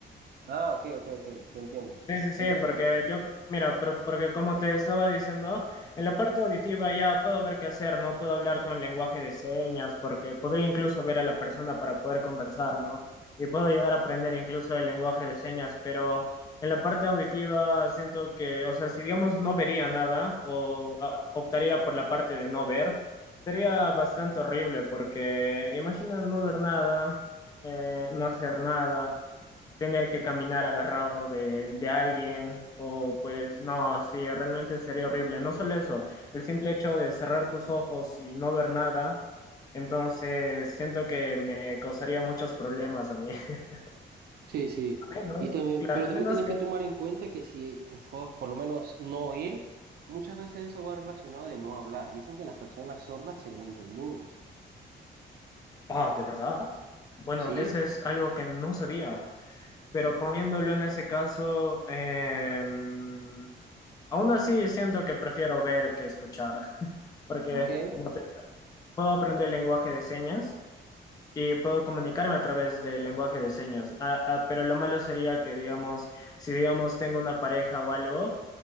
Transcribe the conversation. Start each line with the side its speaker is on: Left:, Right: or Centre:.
Right: Ah, ok, ok, ok, te entiendo.
Left: Sí, sí, sí,
Right: Entonces,
Left: porque yo, mira, pero- porque como te estaba diciendo, en la parte auditiva ya puedo ver qué hacer, ¿no? Puedo hablar con lenguaje de señas, porque podría incluso ver a la persona para poder conversar, ¿no? Y puedo llegar a aprender incluso el lenguaje de señas, pero en la parte auditiva siento que, o sea, si digamos no vería nada o ah, optaría por la parte de no ver, sería bastante horrible, porque imagina no ver nada, eh, no hacer nada tener que caminar agarrado de, de alguien o pues no, sí, realmente sería horrible. No solo eso, el simple hecho de cerrar tus ojos y no ver nada, entonces siento que me causaría muchos problemas a mí. <laughs>
Right: sí, sí.
Left: A menos,
Right: Y también,
Left: claro,
Right: pero también
Left: a menos
Right: tienes
Left: que...
Right: que tomar en cuenta que si esco- por lo menos no oír, muchas veces eso va relacionado de no hablar. Dicen que las personas sordas se vuelven mudas.
Left: Ah, ¿de verdad? Bueno,
Right: Sí,
Left: eso es algo que no sabía, pero poniéndolo en ese caso, em, aún así siento que prefiero ver que escuchar, porque
Right: ok.
Left: como te puedo aprender lenguaje de señas. y puedo comunicarme a través del lenguaje de señas. Ah, ah, pero lo malo sería que, digamos, si digamos tengo una pareja o algo,